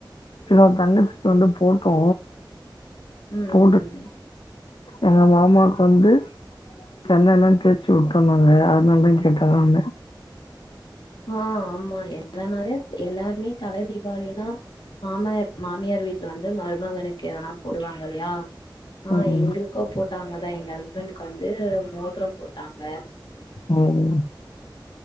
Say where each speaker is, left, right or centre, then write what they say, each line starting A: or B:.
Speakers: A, on the left; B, on the left.
A: என்னோட தங்கச்சிக்கு வந்து போட்டோ
B: ம்
A: போட்டு
B: ம்
A: எங்க மாமாக்கு வந்து சென்னைல்லாதேச்சி விட்டோனாங்க அதனால தா கேட்டே வேரொணுல்ல
B: ஆ ஆமா எல்லனாலே எல்லாருமே தல தீபாவளிதா மாமயார் மாமியார் வீட்டு வந்து மருமகனுக்கு எதனா போடுவாங்க இல்லயா ஆ
A: ம்,
B: எங்களுக் அக்கோ போட்டாங்கதா எங்க ஹஸ்பண்ட்க்கு வந்து மோதிரோ போட்டாங்க
A: உம்